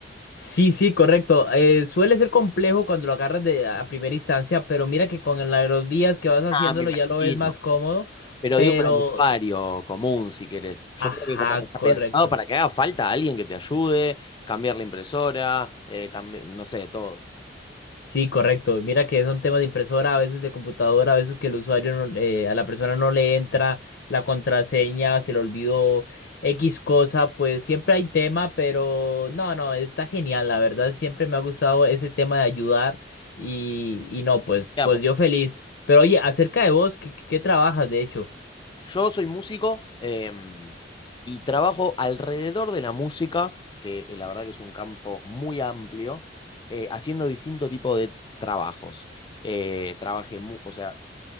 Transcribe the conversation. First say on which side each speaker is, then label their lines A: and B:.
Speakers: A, on the left; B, on the left.
A: Sí, sí, correcto. Eh, suele ser complejo cuando lo agarras de a primera instancia, pero mira que con la- los días que vas haciéndolo
B: Ah, me imagino.
A: ya lo ves más cómodo,
B: Pero
A: pero...
B: digo para el usuario común, si querés. Yo
A: Ajá,
B: creo que como que está
A: correcto.
B: pensado para que haga falta alguien que te ayude, cambiar la impresora, eh, cambi- no sé, todo.
A: Sí, correcto. Mira que son temas de impresora, a veces de computadora, a veces que el usuario, no- eh, a la persona no le entra la contraseña, se le olvidó X cosa, pues siempre hay tema, pero no, no, está genial, la verdad, siempre me ha gustado ese tema de ayudar y, y no, pues,
B: Mirá,
A: pues
B: por-
A: yo feliz. Pero oye, acerca de vos, ¿qué, qué trabajas de hecho?
B: yo soy músico em, y trabajo alrededor de la música, que eh, la verdad que es un campo muy amplio, eh, haciendo distinto tipo de trabajos. Eh, trabajé, mu- o sea,